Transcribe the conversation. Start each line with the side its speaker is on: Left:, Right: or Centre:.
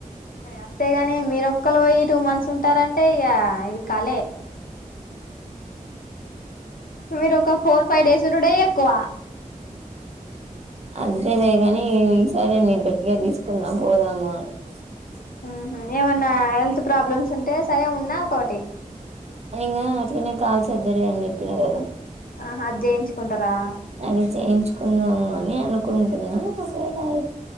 Left: అంతేగాని మీరొక్కరు పోయి ఇటుకి మంచిసుుంటు తంటారంటే ఇక ఇది కళ మీరు ఒక ఫోర్ ఫైవ్ డేస్ ఉన్న డే ఎక్కువ
Right: అంతే లేదు కాని ఈసారి నేను గట్టిగా తీసుకున్నా పోదాము అని బ
Left: ఉహు ఏమన్నా హెల్త్ ప్రాబ్లమ్స్ ఉంటే సరే ఉన్నా ఒకటి
Right: అయికా అట్లనే కాల్ సర్జరీ అని చెప్పిన కదా
Left: ఆహా అది చేయించుకుంటారా
Right: అది చేయించుకుందాము అని అనుకుంటున్నా ఒకవేళ అయి